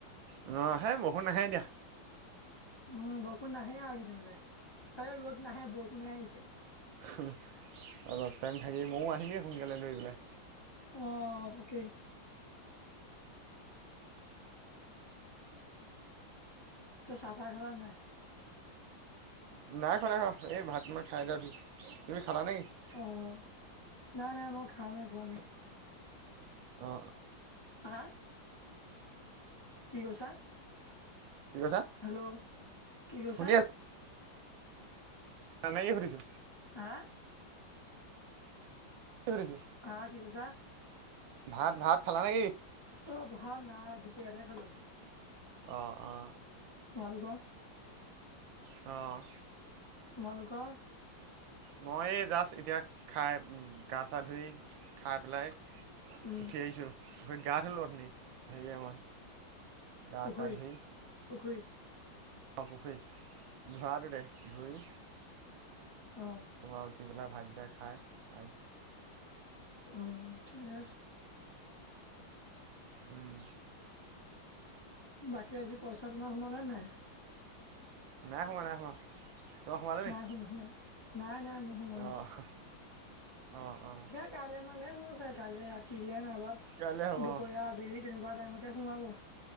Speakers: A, on the right (about 75°); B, on the left (about 35°).
A: অ', সেই বৰষুণ নাহে এতিয়া।
B: উম, বৰষুণ নাহে আৰু কেইদিনলৈ কাইলে ৰ'দ নাহে বৰষুণহে আহিছে।
A: উম, অলপ টাইম থাকি ময়ো আহিমগে সোনকালে দৌৰি পেলাই।
B: অ', তাকে। ত' চাহ তাহ খালা নাই?
A: নাই খোৱা নাই খোৱা এই ভাত <unintelligible> খাই এতিয়া উঠিচো, তুমি খালা নে কি?
B: অ', নাই নাই মই খামে হে <unintelligible>
A: অ'।
B: হা? কি কৈছা?
A: কি কৈছা
B: খালো, কি কৈছা?
A: শুনি
B: <inaudible>
A: <unintelligible> সুধিছো।
B: আ?
A: সুধিছোঁ
B: আ কি কৈছা?
A: ভাত ভাত খালা নে কি?
B: অ', ভাল নাই দুপৰীয়াতে খালো।
A: অ', অ'।
B: তোমালোকৰ?
A: অ'।
B: তোমালোকৰ?
A: মই জাষ্ট এতিয়া খাই গা চা ধুই খাই পেলাই
B: উম,
A: উঠি আহিছো গা ধুলো উঠনি হেৰিয়ে মই। গা
B: পুখুৰীত
A: চা ধুই
B: পুখুৰীত?
A: অ', পুখুৰীত <unintelligible> ধুই
B: অ',
A: তোমাৰ উঠি পেলাই ভাত দিয়া খায়।
B: অ', ঠিকে আছে।
A: উম।
B: বাকী আজি পইচা তোমাৰ সোমালে নাই?
A: নাই সোমোৱা নাই সোমোৱা। তোমাৰ সোমালে
B: নাই
A: নি
B: নোসোমাল নাই নাই মোৰ সোমোৱা
A: অ'
B: নাই।
A: অ', অ'।
B: কাইলৈ মানেহে সোমাব চাগৈ কাইলৈ ৰাতিলৈ নাইবা দুপৰীয়া
A: কাইলৈ হ'ব অ
B: আবেলি তেনেকুৱা টাইমতে সোমাব।